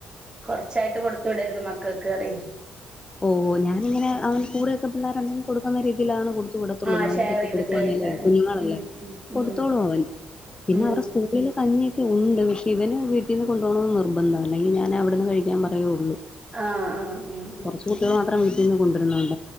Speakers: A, on the right; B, on the left.
A: കൊറച്ചായിട്ട് കൊടുത്ത്വിടരുത് മക്കൾക്കറെ
B: ഓഹോ ഞാനിങ്ങനെ അവൻ കൂടെ ഒക്ക പിള്ളരണ്ടങ്കിൽ കൊടുക്കുന്ന രീതി തിലാണ് കൊ ത്തുവിടത്തുള്ളൂ
A: ആ
B: നോണ്വേജൊക്കെ
A: ഷെയർ ചെയ്തിട്ട്
B: കൊടുക്കുവാണല്ലേ
A: കഴിക്കാന്
B: കുഞ്ഞുങ്ങളല്ലേ
A: ഉം ഉം
B: കൊടുത്തോളൂ അവൻ പിന്നെ
A: ഉം
B: അവരുടെ സ്കൂളിൽ കഞ്ഞി ഇണ്ട് പക്ഷേ ഇവന് വീട്ടിന്ന് കൊണ്ടോണംന്ന് നിർബന്ധ അല്ലെങ്കിൽ ഞാൻ അവിടുന്ന് കഴിക്കാൻ പറയേ ഉള്ളൂ
A: ഹാ ഹാ ആഹ്
B: കൊറച്ചു കുട്ടിയേള് മാത്രം പിൻ കൊണ്ടരണോന്ന്